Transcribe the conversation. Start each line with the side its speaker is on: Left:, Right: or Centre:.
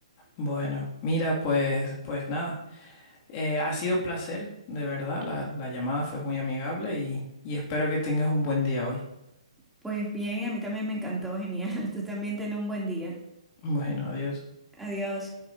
Left: Bueno, mira, pues, pues nada. Eh, ha sido un placer, de verdad. La, la llamada fue muy amigable y, y espero que tengas un buen día hoy.
Centre: pues bien, a mí también me encantó, genial. <laughs> Tú también ten un buen día.
Left: Bueno, adiós.
Centre: Adiós.